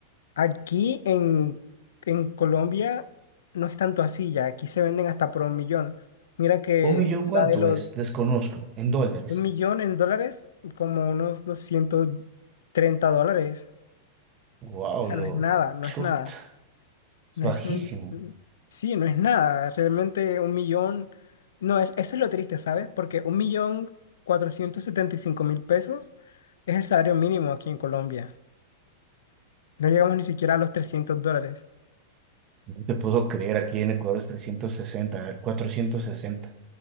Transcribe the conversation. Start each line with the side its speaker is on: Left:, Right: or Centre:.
Left: aquí en, en Colombia no es tanto así ya, aquí se venden hasta por un millón. Mira que
Right: un millón,
Left: la
Right: ¿cuánto
Left: de los
Right: es? Desconozco, en dólares.
Left: un millón en dólares, como unos doscientos treinta dólares,
Right: Wow,
Left: o sea,
Right: lo
Left: no es nada, no
Right: chuta.
Left: es nada.
Right: Es
Left: No
Right: bajísimo.
Left: es, un- un- sí, no es nada. Realmente un millón. No, es, eso es lo triste, ¿sabes? Porque un millón cuatrocientos setenta y cinco mil pesos es el salario mínimo aquí en Colombia. No llegamos ni siquiera a los 300 dólares.
Right: No te puedo creer, aquí en Ecuador es trescientos sesenta cuatrocientos sesenta